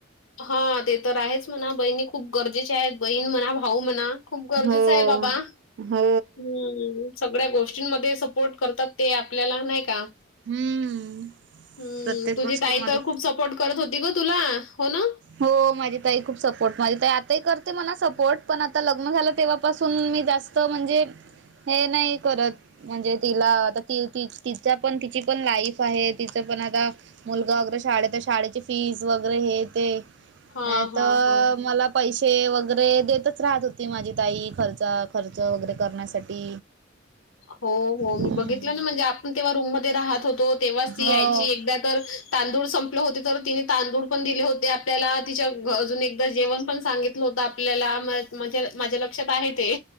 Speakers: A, on the left; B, on the right.
A: हा ते तर आहेच म्हणा बहिणी खूप गरजेची आहेत बहीण म्हणा भाऊ म्हणा- खूप गरजेचं
B: हो हो
A: आहे बाबा
B: हो
A: हम्म सगळ्या गोष्टींमध्ये सपोर्ट करतात ते आपल्याला नाही का?
B: हम्म
A: हम्म
B: प्रत्येक
A: तुझी
B: गोष्टीमध्ये
A: ताई तर खूप सपोर्ट करत होती ग तुला हो ना?
B: हो माझी ताई खूप सपोर्ट माझी ताई आताही करते मला सपोर्ट पण आता लग्न झालं तेव्हापासून मी जास्त म्हणजे हे नाही करत? म्हणजे तिला आता ती ती तिच्या पण तिची पण लाईफ आहे तिचं पण आता? मुलगा वैगेरे शाळेत शाळेची फीज वगैरे हेे ते
A: हां,
B: नाहीतर
A: हां, हां.
B: मला पैसे वगैरे देतच राहत होती माझी ताई खर्चा खर्च वगैरे करण्यासाठी.
A: हो हो
B: हम्म
A: मी बघितलं ना म्हणजे आपण तेव्हा रूम मध्ये राहत होतो तेव्हाच ती
B: हो
A: यायची एकदा तर तांदूळ संपले होते तर तिने तांदूळ पण दिले होते आपल्याला तिच्या घ अजून एकदा जेवण पण सांगितलं होत ल्याला म्हणजे माझ्या लक्षात आहे ते?